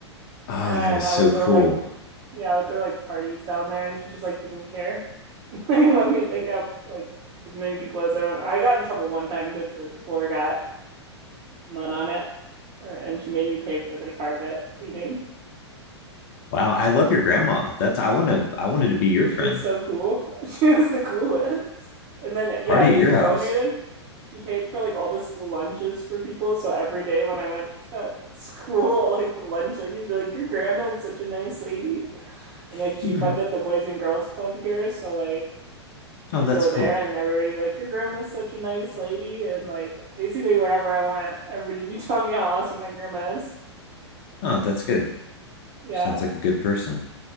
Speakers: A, on the left; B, on the right.
A: Oh,
B: And
A: that is
B: I
A: so
B: would
A: cool.
B: throw like, yeah, I would throw like parties down there. And she just like didn't care. <laughs> Like let me like up like as many people as I want. I got in trouble one time because the floor got mud on it, uh, and she made me pay for the carpet cleaning.
A: Wow, I love your grandma. That's I wanna I wanted to be your friend.
B: She's so cool. <laughs> She was the coolest. And then, yeah,
A: Party
B: and
A: at your
B: she donated.
A: house.
B: She paid for like all the school lunches for people. So every day when I went to <laughs> school, like the lunch ladies were like, Your grandma is such a nice lady. And like
A: <laughs>
B: she
A: Mhm.
B: funded the Boys and Girls Club here. So like
A: Oh,
B: I'd
A: that's
B: go there
A: cool.
B: and everybody would be like, Your grandma is such a nice lady. And like basically wherever I went, everybody'd be <laughs> telling me how awesome my grandma is.
A: Oh, that's good.
B: Yeah.
A: Sounds like a good person.